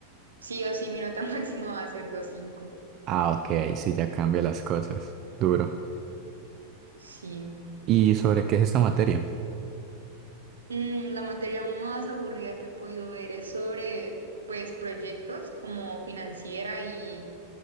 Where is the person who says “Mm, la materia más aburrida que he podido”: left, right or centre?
Right